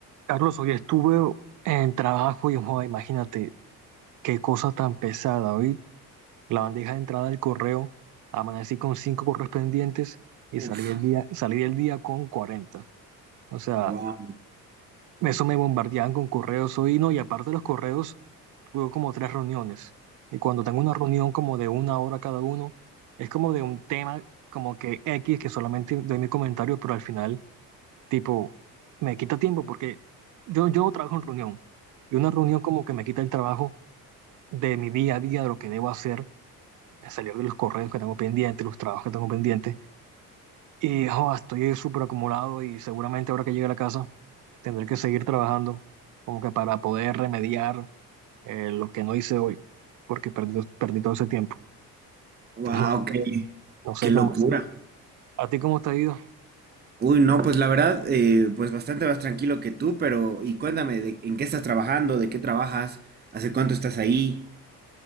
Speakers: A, on the right (about 40°); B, on the right (about 20°).
A: Carlos, hoy estuve en trabajo y, joder, imagínate qué cosa tan pesada. Hoy la bandeja de entrada del correo, amanecí con cinco correos pendientes y
B: Uf,
A: salí el día, salí del día con cuarenta, O sea,
B: wow,
A: eso me bombardeaban con correos hoy, no, y aparte de los correos, tuve como tres reuniones. Y cuando tengo una reunión como de una hora cada uno, es como de un tema como que X, que solamente doy mi comentario, pero al final Tipo, me quita tiempo porque yo, yo no trabajo en reunión. Y una reunión como que me quita el trabajo de mi día a día, de lo que debo hacer, de salir de los correos que tengo pendientes, los trabajos que tengo pendientes. Y joda, estoy súper acumulado y seguramente ahora que llegue a la casa tendré que seguir trabajando como que para poder remediar eh, lo que no hice hoy, porque perdí, perdí todo ese tiempo.
B: wow,
A: Entonces, no
B: qué,
A: sé, no sé
B: qué locura.
A: cómo hacer. ¿A ti cómo te ha ido?
B: Uy, no, pues la verdad, eh, pues bastante más tranquilo que tú, pero y cuéntame, de, ¿en qué estás trabajando? ¿De qué trabajas? ¿Hace cuánto estás ahí?